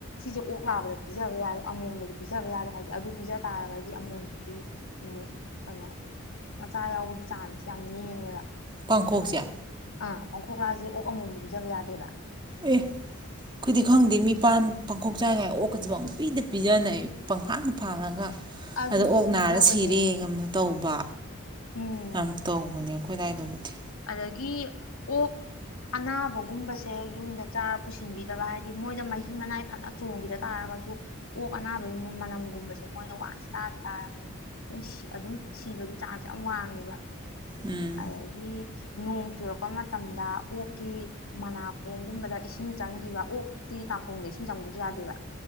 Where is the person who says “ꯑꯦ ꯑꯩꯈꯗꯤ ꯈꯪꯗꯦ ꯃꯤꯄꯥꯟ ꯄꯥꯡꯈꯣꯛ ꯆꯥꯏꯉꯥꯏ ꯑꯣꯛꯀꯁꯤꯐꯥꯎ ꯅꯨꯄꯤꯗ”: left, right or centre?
Right